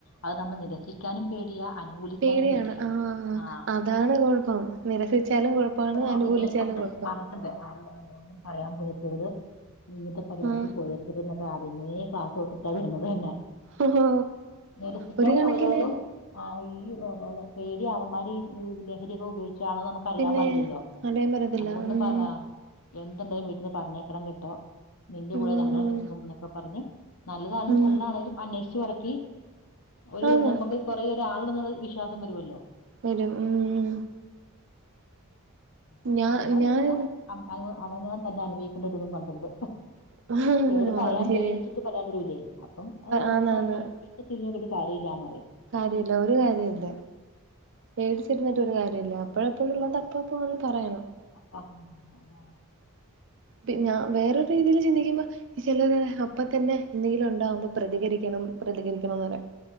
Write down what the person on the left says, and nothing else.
അത് നമ്മ നിരസിക്കാനും പേടിയാ അനുകൂലിക്കാനും
പേടിയാ
ആ
അതുകൊണ്ട്
കുട്ടികള്
ആദ്യമേ പറഞ്ഞ-
<unintelligible> ഒന്നും പറയാൻ പോയേക്കരുത് ഇങ്ങത്തെ പരിപാടിക്ക്
പോയേ <unintelligible> രുന്നൊക്കെ ആദ്യമേ ക്ലാസ് കൊടുത്തിട്ടാ വിടുന്നത് തന്നെ
നിരസിക്കാൻ
പോയാലും ആഹ് ഈ <unintelligible> പേടി അവന്മാരീ ലഹരിയക്കെ ഉപയോഗി ച്ചാണോ നമുക്ക് അറിയാൻ
പാടില്ലല്ലോ
അതുകൊണ്ടും
പ എന്തുണ്ടേലും വീട്ടീന്ന് പറഞ്ഞേക്കണം കേട്ടോ നിന്റെ
കൂടെ ഞങ്ങള് നിക്കും എന്നൊക്കെ പറഞ്ഞ് നല്ലതാണെലും
തള്ളാണെങ്കിലും അന്വേഷിച്ച് പറക്കി ഒരു
നമുക്ക് പുറേ ഒരാളുണ്ട്ന്ന് വിശ്വാസം വരുവല്ലോ
പിന്നെ
പറയാതിരുന്നാ
അവനവൻ തന്നെ അനുഭവിക്കേണ്ടി വരുമെന്നും പറഞ്ഞിട്ടുണ്ട്
ചിലര് പറയാൻ
പേടിച്ച്
പറയാൻ <unintelligible> അപ്പം അത് <unintelligible>
തിരിഞ്ഞോക്കീട്ട് കാര്യമില്ലാന്ന് പറയും
ആഹ്
<inaudible>